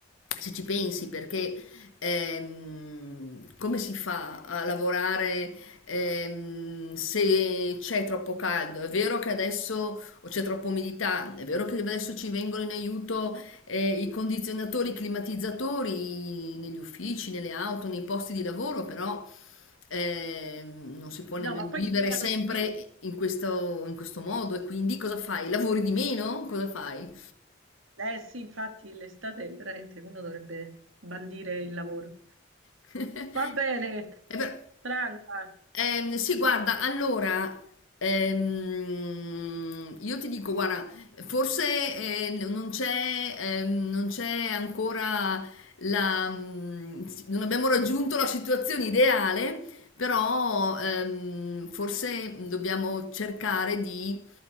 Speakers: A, on the left (about 85°); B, on the right (about 85°).
A: se ci pensi, perché ehm, come si fa a lavorare ehm, se c'è troppo caldo? È vero che adesso o c'è troppa umidità, è vero che adesso ci vengono in aiuto eh, i condizionatori, i climatizzatori negli uffici, nelle auto, nei posti di lavoro, però ehm, non si può nemmeno
B: No, ma poi
A: vivere
B: inquinano
A: sempre
B: di più.
A: in questo, in questo modo e quindi cosa fai? Lavori di meno? Cosa fai?
B: Eh sì, infatti l'estate veramente uno dovrebbe bandire il lavoro.
A: <laughs>
B: Va bene,
A: E però-
B: Franca,
A: Ehm, sì, guarda, allora, ehm, io ti dico, guarda, forse eh, n- non c'è ehm, non c'è ancora la... mm, si- non abbiamo raggiunto la situazione ideale, però ehm, forse dobbiamo cercare di